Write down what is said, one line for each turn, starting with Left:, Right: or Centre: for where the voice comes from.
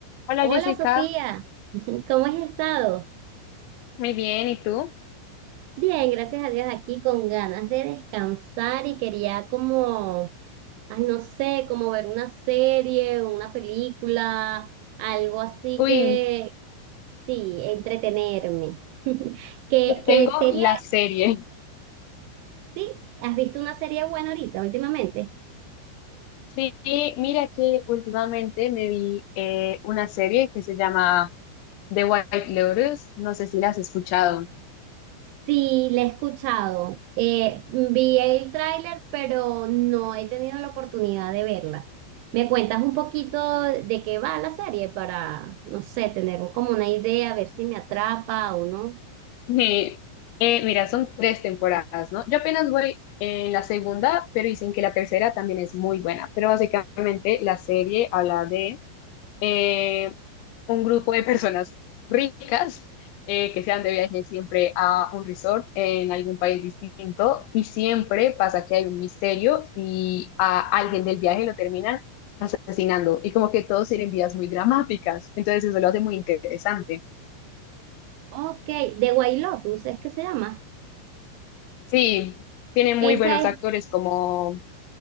Left: Hola
Right: Hola
Left: Jessica,
Right: Sofía, <laughs> ¿cómo has estado?
Left: muy bien, ¿y tú?
Right: Bien, gracias a Dios aquí con ganas de descansar y quería como, ay no sé, como ver una serie, una película, algo así
Left: Uy,
Right: que sí, entretenerme. <laughs> ¿Qué,
Left: pues
Right: qué
Left: tengo
Right: serie?
Left: la serie.
Right: Sí, ¿has visto una serie buena ahorita últimamente?
Left: Sí, mira que últimamente me vi eh, una serie que se llama The White Lotus, no sé si la has escuchado.
Right: Sí, la he escuchado. Eh, vi el tráiler, pero no he tenido la oportunidad de verla. ¿Me cuentas un poquito de qué va la serie para, no sé, tener como una idea, ver si me atrapa o no?
Left: Me- eh, mira, son tres temporadas, ¿no? Yo apenas voy en la segunda, pero dicen que la tercera también es muy buena, pero básicamente la serie habla de eh, un grupo de personas ricas eh, que se van de viaje siempre a un resort en algún país distinto y siempre pasa que hay un misterio y a alguien del viaje lo terminan asesinando y como que todos tienen vidas muy dramáticas, entonces eso lo hace muy interesante.
Right: Ok, The White Lotus, ¿es que se llama?
Left: Sí, tiene muy
Right: Esa
Left: buenos
Right: es,
Left: actores como